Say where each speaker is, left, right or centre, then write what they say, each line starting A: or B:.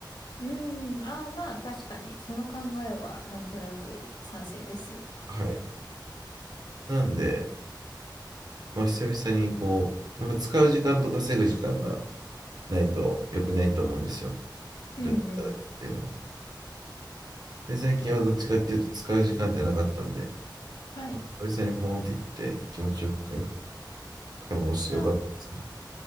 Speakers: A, on the left (about 70°); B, on the right (about 55°).
A: うーん。ああ、まあ、確かに、その考えはなんとなく賛成です。
B: はい。なんで、まあ、久々にこう、やっぱ使う時間と稼ぐ時間がないと良くないと思うんですよ。
A: うんうん。
B: どっちかだけっていうのが。で、最近はどっちかっていうと使う時間ってなかったんで、
A: はい。
B: 久々にポーンって行って気持ちよく買い買い物してよかったですね。
A: あ